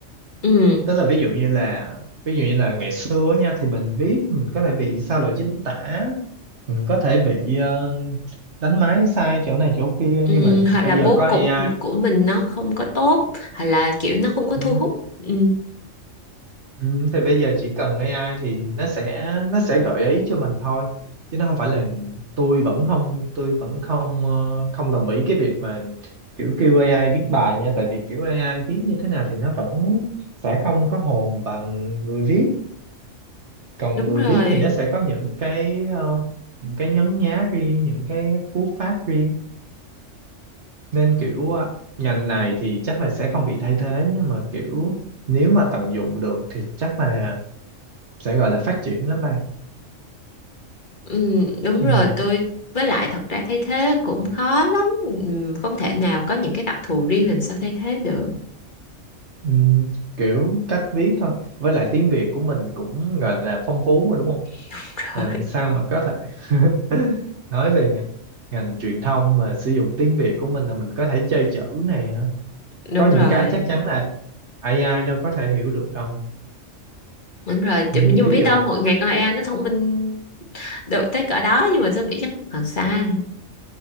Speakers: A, on the left (about 40°); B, on the right (about 60°).
A: ừ
B: tức là ví dụ như là ví dụ như là ngày xưa nha thì mình viết mình có thể bị sai lỗi chính tả mình có thể bị ờ, đánh máy sai chỗ này chỗ kia
A: Ừ,
B: nhưng mà
A: hoặc là
B: bây
A: bố
B: giờ có AI
A: cục của mình nó không có tốt hoặc là kiểu nó không có
B: ừ,
A: thu hút ừ,
B: Ừ, thì bây giờ chỉ cần AI thì nó sẽ nó sẽ gợi ý cho mình thôi chứ nó không phải là tôi vẫn không tôi vẫn không ờ, không đồng ý cái việc mà kiểu kêu AI viết bài nha tại vì kiểu AI viết như thế nào thì nó vẫn sẽ không có hồn bằng người viết còn
A: Đúng
B: người
A: rồi.
B: viết thì nó sẽ có những cái ờ, những cái nhấn nhá riêng những cái cú pháp riêng nên kiểu ờ, ngành này thì chắc là sẽ không bị thay thế nhưng mà kiểu nếu mà tận dụng được thì chắc là sẽ gọi là phát triển lắm đây
A: ừ, đúng
B: Ừ,
A: rồi tôi với lại thật ra thay thế cũng khó lắm ừ, không thể nào có những cái đặc thù riêng làm sao thay thế được
B: ừ, kiểu cách viết thôi với lại tiếng Việt của mình cũng gọi là phong phú mà đúng không
A: <laughs>
B: làm
A: rồi
B: sao mà có thể <laughs> nói về ngành ngành truyền thông mà sử dụng tiếng Việt của mình là mình có thể chơi chữ này
A: đúng
B: có những
A: rồi
B: cái chắc chắn là ai ai đâu có thể hiểu được đâu
A: đúng rồi Thì-
B: ừ,
A: nhưng
B: ví
A: mà biết
B: dụ
A: đâu một ngày con AI nó thông minh được tới cỡ đó nhưng mà tôi nghĩ chắc cũng còn xa